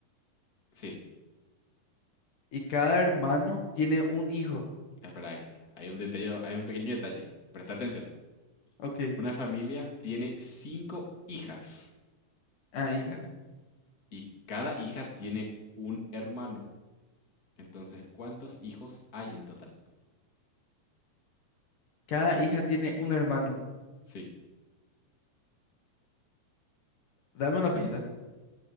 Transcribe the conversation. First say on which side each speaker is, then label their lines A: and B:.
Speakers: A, on the left (about 25°); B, on the left (about 60°).
A: sí.
B: y cada hermano tiene un hijo.
A: Espera aquí. Hay un detalle, hay un pequeño detalle. Presta atención.
B: Ok,
A: Una familia tiene cinco hijas
B: ah, hijas.
A: y cada hija tiene un hermano. Entonces, ¿cuántos hijos hay en total?
B: Cada hija tiene un hermano.
A: Sí.
B: Dame una pista.